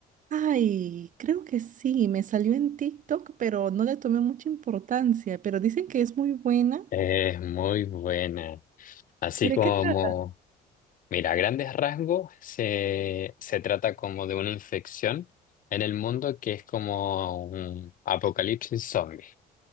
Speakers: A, on the right; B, on the left.
A: Ay, creo que sí, me salió en TikTok, pero no le tomé mucha importancia, pero dicen que es muy buena.
B: Es muy buena. Así
A: ¿Por
B: como,
A: qué trata?
B: mira, a grandes rasgos se, se trata como de una infección en el mundo que es como un apocalipsis zombie.